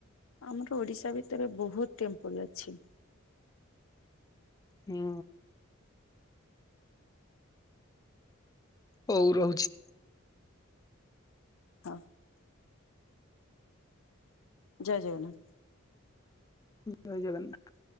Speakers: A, on the left; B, on the left.
A: ଆମର ଓଡିଶା ଭିତରେ ବହୁତ ଟେମ୍ପଲ ଅଛି।
B: ହୁଁ। ହଉ ରହୁଛି।
A: ହଉ। ଜୟ ଜଗନ୍ନାଥ।
B: ଜୟ ଜଗନ୍ନାଥ।